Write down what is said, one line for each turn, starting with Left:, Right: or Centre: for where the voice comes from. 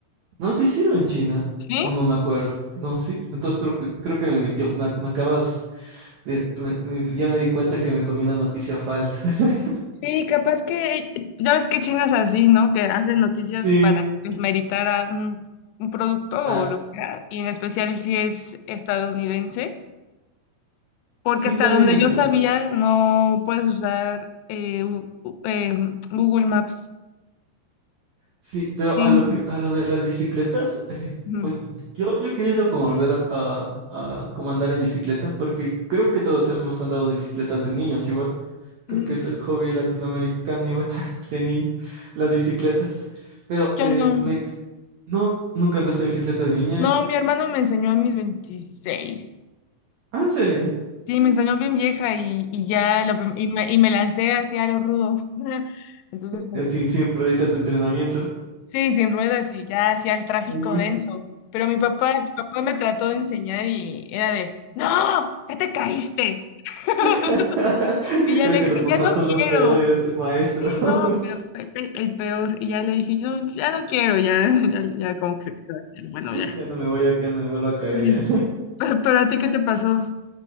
Right: No, sí sirve en China,
Left: ¿Sí?
Right: o no me acuerdo. No, sí, entonces creo que, creo que me mintió. Me, me acabas de, me- me- ya me di cuenta que me comí una noticia falsa. <laughs>
Left: Sí, capaz que, ya ves que China es así, ¿no? Que hacen noticias
Right: Sí,
Left: para desmeritar a un, un producto
Right: ah,
Left: o lo que sea, y en especial si es estadounidense, porque
Right: sí,
Left: hasta
Right: también
Left: donde
Right: eso.
Left: yo sabía no puedes usar eh, u- u- em, Google Maps.
Right: Sí, pero
Left: Sí.
Right: a lo que, a lo de las bicicletas, eh,
Left: Ujú.
Right: oye, yo, yo he querido como volver a, a, a como andar en bicicleta, porque creo que todos hemos andado de bicicletas de niños igual. Creo
Left: Ujú.
Right: que es el hobby latinoamericano igual, <laughs> de niños, las bicicletas. Pero
Left: Yo
Right: eh,
Left: no.
Right: me, no, nunca andaste en bicicleta de niña.
Left: No, mi hermano me enseñó a mis veintiséis
Right: Ah, ¿en serio?
Left: Sí, me enseñó bien vieja y, y ya la prim- y me, y me lancé hacia lo rudo. <laughs> Entonces, pues,
Right: Eh, Sin, sin rueditas de entrenamiento.
Left: Sí, sin ruedas y ya hacía el tráfico
Right: Uy.
Left: denso. Pero mi papá, mi papá me trató de enseñar y era de, no, ya te caíste. <laughs>
Right: <laughs>
Left: Y ya
Right: Creo
Left: le
Right: que
Left: dije,
Right: los papás
Left: ya no
Right: son
Left: quiero.
Right: los peores maestros.
Left: Sí,
Right: <laughs>
Left: no, pero fue el, el peor. Y ya le dije, yo ya no quiero, ya, <laughs> ya, ya como que se quedó así, bueno, ya.
Right: Ya no me voy a, ya no me vuelvo a caer
Left: Sí.
Right: ya
Left: Pero, pero a ti, ¿qué te pasó?